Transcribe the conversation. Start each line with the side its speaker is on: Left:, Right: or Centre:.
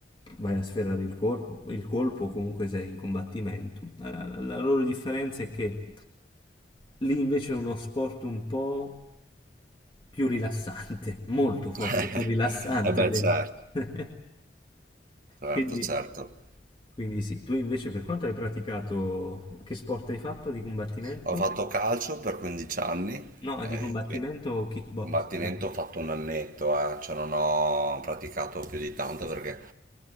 Left: vai a sferrare il corpo, il colpo o comunque sei in combattimento. La, la- la loro differenza è che lì invece è uno sport un po' più rilassante, <laughs> molto
Right: <laughs>
Left: forte, più rilassante
Right: Eh beh,
Left: del...
Right: certo.
Left: <laughs>
Right: Certo,
Left: Quindi,
Right: certo.
Left: quindi sì, tu invece per quanto hai praticato, che sport hai fatto di combattimento?
Right: Ho fatto calcio per 15 anni,
Left: No,
Right: e
Left: di combattimento
Right: quindi
Left: kickboxing,
Right: combattimento
Left: no?
Right: ho fatto un annetto, eh, cioè non ho praticato più di tanto perché